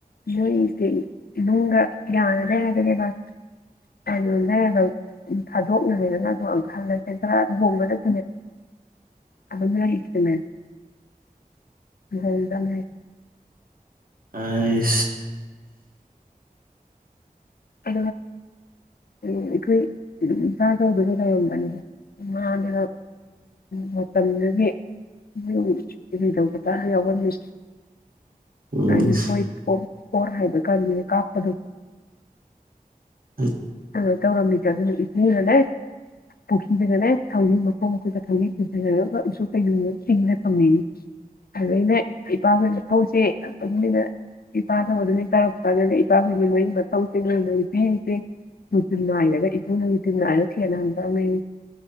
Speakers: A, on the left; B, on the right.
A: ꯅꯣꯏꯁꯦ ꯏꯃꯨꯡꯗ ꯌꯥꯅ ꯂꯩꯔꯒ ꯀꯀ ꯀꯩꯅꯣ ꯂꯩꯔꯒ ꯊꯥꯗꯣꯛꯅꯕꯅꯕꯗꯅ ꯑꯗꯨꯣ ꯍꯜꯂꯁꯦ ꯈꯔꯥ ꯑꯗꯨ ꯍꯣꯡꯕꯗ ꯁꯦ ꯑ ꯍ ꯃ ꯑꯗꯨꯗꯅꯤ
B: ꯑ
A: ꯑ ꯑꯩꯈꯣꯏ ꯏꯄꯥ ꯇꯗꯨꯅ ꯂꯩꯔꯝꯕꯅꯦꯕ ꯏꯃꯥꯅꯦ ꯃꯇꯝꯗꯨꯗꯒꯤ ꯃꯌ ꯀ ꯇꯧꯕ ꯇꯥꯔ ꯌꯥꯎꯔꯝꯃꯤ
B: ꯑꯩꯁ
A: ꯑꯗꯨ ꯍꯣꯏ ꯐꯣ ꯍꯔ ꯍꯥꯏꯕ ꯀ ꯀꯥꯞꯄꯗꯨ
B: ꯑ
A: ꯀꯣ ꯇꯧꯔꯝꯃꯤꯗꯦ ꯑꯗꯨꯅ ꯏꯄꯨꯅꯅꯦ ꯄꯨꯈꯁꯤꯁꯤꯅꯅꯦ ꯈꯪꯖꯤꯩ ꯃꯈꯣꯡ ꯃꯈꯨꯠꯇ ꯈꯪꯖꯤꯩ ꯄꯨꯁꯤꯔ ꯎꯁꯨ ꯀꯩꯒꯨꯝꯅ ꯇꯤꯡꯖ ꯐꯝꯃꯤ ꯑꯗꯨꯗ ꯑꯩꯅ ꯏꯄꯥ ꯍꯣꯏꯅ ꯊꯧꯁꯦ ꯑꯗꯨꯃꯥꯏꯅ ꯏꯄꯥ ꯊꯧ ꯑꯗꯨꯃ ꯇꯥꯔꯛꯄ ꯀꯥꯟꯗꯩꯅ ꯏꯄꯥ ꯍꯣꯏꯅ ꯃ ꯃ ꯊꯧꯁꯦ ꯂꯅꯒꯤ ꯄꯤꯔꯤꯁꯦ ꯃꯅꯨꯡꯆꯤꯟ ꯅꯥꯏꯔꯒ ꯏꯄꯨꯅ ꯅꯨꯡꯆꯤꯟ ꯅꯥꯏꯔꯒ ꯁꯦꯟꯅꯍꯝꯗꯕꯅꯤ